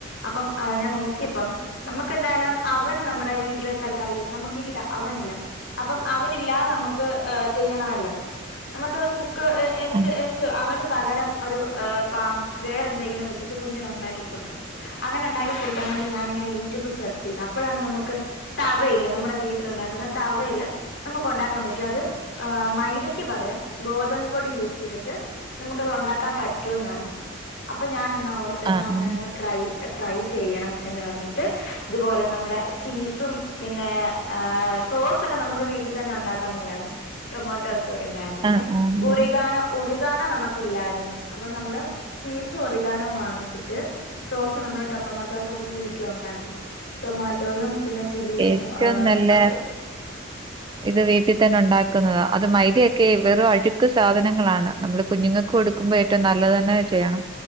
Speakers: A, on the left (about 65°); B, on the right (about 25°).
A: അപ്പം ആഹ് ഞാൻ നോക്കിയപ്പം. നമുക്കെന്തായാലും ഓവൻ നമ്മുടെ വീട്ടിലെ തൽക്കാലെയ് നമുക്കില്ല അവനില്ല. അപ്പം അവനില്ലാതെ നമക്ക് അ് ചെയ്യണമല്ലോ. നമുക്ക് കുക്ക് എഎന്ത്
B: ആഹ്,
A: എൻ- ന്ത് അവന് പകരം ഒരു അ് പ വേറെന്തെങ്കിലു വെച്ചിട്ട് കുഞ്ഞിനുണ്ടാക്കി കൊടുക്കണം. അങ്ങനെണ്ടാക്കി കൊടുക്കാൻ വേണ്ടി ഞാനിങ്ങനെ യൂട്യൂബ് സെർച്ചെയ്ത് അപ്പഴാണ് നമ്മക്ക് തവയില് നമ്മടെ വീട്ടിലുണ്ടാക്കുന്ന തവയില് നമുക്കുണ്ടാക്കാൻ പറ്റും അത് അ് മൈദയ്ക്ക് പകരം ഗോതമ്പ് പൊടി യൂസെയ്തിട്ട് നമ്മുക്കത് ഉണ്ടാക്കാൻ പറ്റൂന്ന് അപ്പൊ ഞാനെന്നാ ഓർത്ത് ന്ന്
B: ആഹ്,
A: അങ്ങനെ
B: ആഹ്.
A: ഒന്ന് ട്രൈ ട്രൈ ചെയ്യണം എന്ന് പറഞ്ഞിട്ട് ഇതുപോലെ നമ്മുടെ ചീസും പിന്നെ അ് സോസൊക്കെ ട്ട് നമുക്ക് വീട്ട് തന്നെ ഉണ്ടാക്കാന്ന്ള്ളായിരുന്നു ടൊമാറ്റോസ്സൊക്കെ ഉണ്ടായിരുന്നു പിന്നെ
B: ആഹ് ആഹ്
A: ഒറിഗാനോ ഒറിഗാനോ നമുക്കില്ലായിരുന്നു. അപ്പൊ നമ്മള് ചീസ് ഒറിഗാനോ വാങ്ങിച്ചിട്ട് സോസ് നമ്മള് ടൊമാറ്റോ സോസ് വീട്ടിലുണ്ടാക്കി. ടൊമാറ്റോയും പിന്നെ ചില്ലിയും
B: ഏറ്റവും
A: അ്
B: നല്ല
A: ഓക്കെ
B: ഇത് വീട്ടിതന്നെ ഉണ്ടാക്കുന്നതാ. അത് മൈദയൊക്കെയും വെറും അഴുക്ക് സാധനങ്ങളാണ് നമ്മള് കുഞ്ഞുങ്ങ കൊടുക്കുമ്പോ ഏറ്റും നല്ലത് തന്നെ ചെയ്യണം.